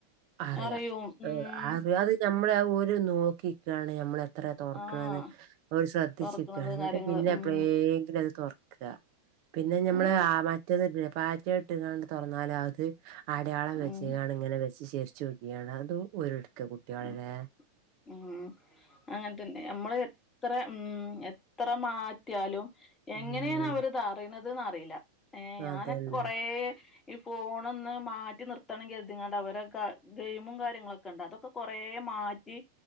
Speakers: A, on the right (about 45°); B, on the left (about 20°).
A: അറിയ
B: അറിയും ഉം
A: ആ അറിയത് ഞമ്മളെ ആഹ ഓര് നോക്കിക്കാണ് ഞമ്മളെത് എത്രതൊറക്കണന്ന്
B: ആഹ്
A: അവര് ശ്രദ്ധിച്ചിക്കാണ്
B: തൊറക്കണത്
A: എന്നിട്ട്
B: കാര്യങ്ങള്
A: പിന്നെ
B: ഉം
A: എപ്പളേങ്കിലും അത് തൊറ ക്ക്‌ക പിന്നെ ഞമ്മള്
B: ഉം
A: ആ, മറ്റേതില്ലേ പാറ്റേണ് ഇട്ട്ങ്ങാണ്ട് തുറന്നാല് അത് അടയാളം
B: ഉം
A: വെച്ചിങ്ങാണ് ഇങ്ങനെ വെച്ച് ചെരിച്ചു വെക്കുകയാണ്, അതും ഊരെട്ക്ക കുട്ടികളല്ലേ
B: ഉം ഉം അങ്ങനത്തന്നെ നമ്മൾ എത്ര ഉം. എത്ര മാറ്റിയാലും
A: ഉം
B: എങ്ങനെണ് അവര് ഇത് അറിയണതെന്ന് അറിയില്ല. ഏ, ഞാനൊക്കെ
A: അതന്നെ.
B: കൊറേ ഈ ഫോണൊന്ന് മാറ്റി നിർത്തണെങ്കി കരുതിങ്ങാണ്ട് അവരക്ക ഗെയ്മും കാര്യങ്ങളൊക്കെ ഉണ്ട് അതൊക്ക കൊറേ മാറ്റി